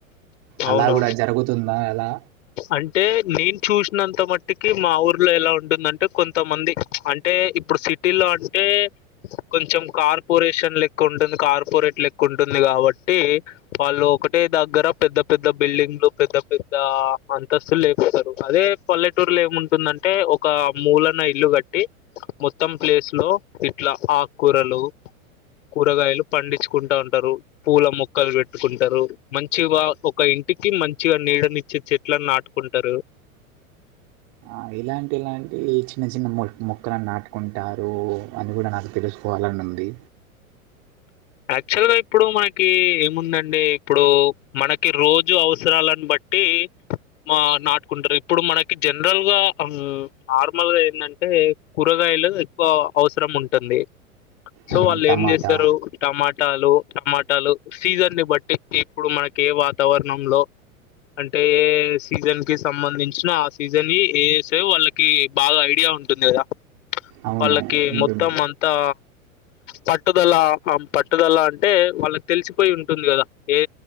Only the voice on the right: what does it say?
అలా
కూడా జరుగుతుందా అలా
ఆ ఇలాంటిలాంటి చిన్న చిన్న మొక్కలను నాటుకుంటారు అని కూడా నాకు తెలుసు పోవాలని ఉంది
అవును,
టమాటా
అవును
ఉంటుంది